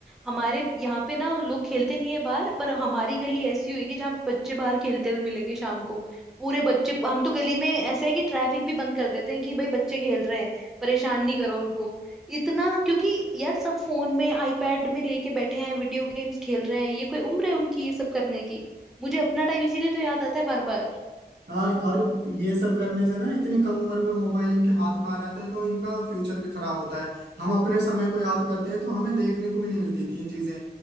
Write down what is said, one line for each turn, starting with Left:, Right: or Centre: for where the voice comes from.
Centre: हमारे यहाँ पे ना लोग खेलते नहीं है बाहर पर हमारी गली ऐसी होगी जहाँ बच्चे बाहर खेलते हुए मिलेंगे शाम को पूरे बच्चे हम तो गली में ऐसा है कि ट्रैफिक भी बंद कर देते हैं कि भाई बच्चे खेल रहे हैं परेशान नहीं करो उनको इतना क्योंकि यार सब फोन में आईपैड में लेके बैठे हैं वीडियो गेम्स खेल रहे हैं ये कोई उम्र है उनकी ये सब करने की मुझे अपना टाइम इसीलिए तो याद आता है बार बार
Right: हाँ और ये सब करने से ना इतनी कम उम्र में मोबाइल इनके हाथ में आ जाता है तो इनका फ्यूचर भी खराब होता है हम अपने समय को याद करते हैं तो हमें देखने को भी नहीं मिलती थी ये चीजें